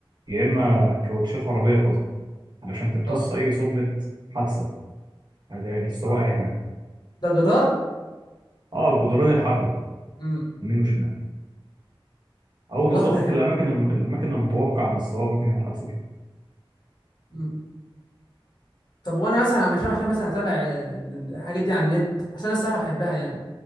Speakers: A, on the right; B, on the left.
A: يا اما كاوتشات عربيه فاضيه علشان تمتص
B: اه
A: أي صدمة حادثة هذا السواق هيعمل
B: ده جدار
A: اه جدران الحلبة
B: امم
A: يمين وشمال أو
B: والله
A: بالظبط
B: فكره حلوه
A: في الأماكن الم... الأماكن المتوقع إن السواق ممكن يعمل حادثة فيها
B: امم طب وانا مثلا عشان عشان مثلا اتابع آه، الحاجات دي على النت عشان انا الصراحه بحبها يعني